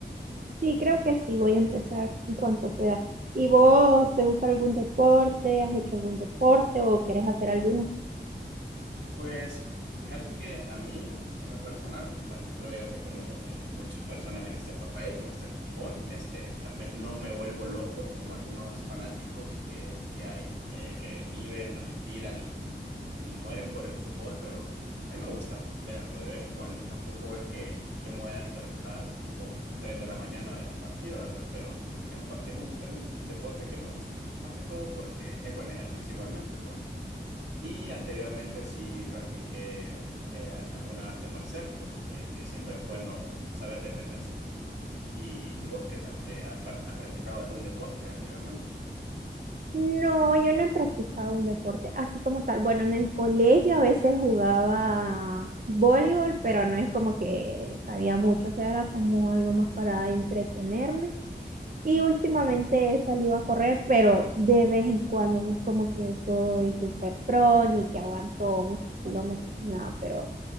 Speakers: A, on the right (about 50°); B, on the right (about 75°).
A: Sí, creo que sí, voy a empezar en cuanto pueda. ¿Y vos, te gusta algún deporte? ¿Has hecho algún deporte o querés hacer alguno?
B: Pues fíjate que a mí, en lo personal, bueno, creo yo que como eh, muchas personas en este país me gusta el fútbol, este, tal vez no me vuelvo loco como algunos fanáticos que, que hay, eh, que viven, respiran y, y mueren por el fútbol, pero a mí me gusta verlo de vez en cuando. Tampoco es que yo me voy a despertar tipo 3 de la mañana a ver un partido, ¿verdad? Pero es un, pa- es un, es un deporte que me gusta, más que todo porque es buen ejercicio igualmente, pues. Y anteriormente sí practiqué eh, alguna arte marcial, pues eh, que siempre es bueno saber defenderse, pues. ¿Y, y vos qué tal? Eh, ¿has, pa- has practicado algún deporte anteriormente?
A: No, yo no he practicado un deporte así como tal. Bueno, en el colegio a veces jugaba voleibol, pero no es como que sabía mucho, o sea, era como algo más para entretenerme. Y últimamente he salido a correr, pero de vez en cuando no es como que soy súper pro ni que aguanto muchos kilómetros, ni nada, pero